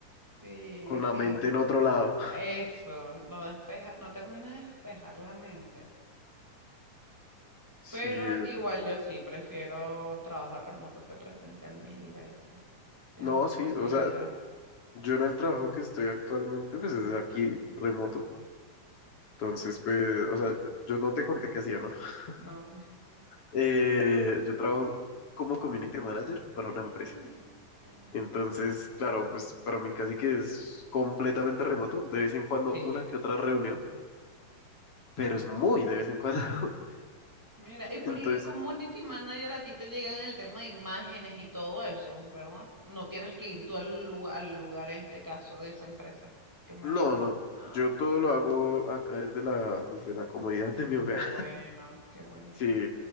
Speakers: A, in the centre; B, on the left.
A: Sí,
B: con
A: sí.
B: la mente en otro lado.
A: Eso, no despeja, no termina de despejar la mente.
B: Sí,
A: Pero
B: eh,
A: igual yo sí, prefiero trabajo remoto que presencial mil veces. Te
B: no,
A: da una
B: sí,
A: tranquilidad,
B: o sea, yo en el trabajo que estoy actualmente, pues es aquí remoto, entonces, pues, o sea, yo no te conté qué hacía, ¿no? <laughs>
A: ¿no? <laughs>
B: Eh, yo trabajo como community manager para
A: Ah,
B: una empresa,
A: mira, mira.
B: entonces, claro, pues para mí casi que es completamente remoto, de vez en cuando
A: Sí.
B: una que otra reunión, pero es muy de vez en cuando, <laughs>
A: Mira, y por
B: entonces,
A: el community manager a ti te llegan el tema de imágenes y todo eso, ¿verdad? No tienes que ir tú al lugar, al lugar en este caso de esa empresa que manejas.
B: no, no,
A: Ah,
B: yo todo lo hago acá desde la, desde la comodidad de mi hogar.
A: qué bueno, qué buenísimo.
B: Sí,